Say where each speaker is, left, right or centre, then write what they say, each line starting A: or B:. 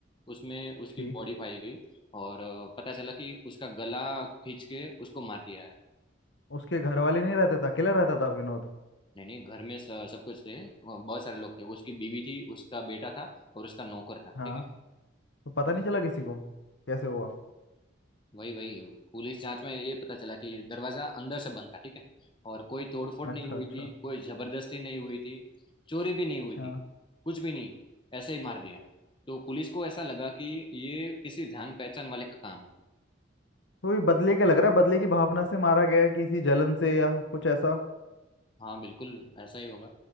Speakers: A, on the left; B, on the left.
A: उसमें उसकी
B: ठीक
A: बॉडी पाई गई और अ, पता चला कि उसका गला खींच के उसको मार दिया है
B: उसके घर वाले नहीं रहते थे अकेला रहता था विनोद
A: नहीं नहीं घर में स- सब कुछ थे वो बहुत सारे लोग थे उसकी बीवी थी उसका बेटा था और उसका नौकर था
B: हाँ
A: ठीक
B: तो पता
A: है
B: नहीं चला किसी को कैसे हुआ
A: वही वही पुलिस जांच में ये पता चला कि दरवाजा अंदर से बंद था ठीक है और कोई तोड़फोड़ नहीं
B: अच्छा
A: हुई
B: अच्छा
A: थी कोई जबरदस्ती नहीं हुई थी चोरी भी नहीं हुई
B: हाँ
A: थी कुछ भी नहीं ऐसे ही मार दिया तो पुलिस को ऐसा लगा कि ये किसी जान पहचान वाले का काम है
B: तो ये बदले का लग रहा है बदले की भावना से मारा गया है किसी जलन से या कुछ ऐसा
A: हाँ बिल्कुल ऐसा ही होगा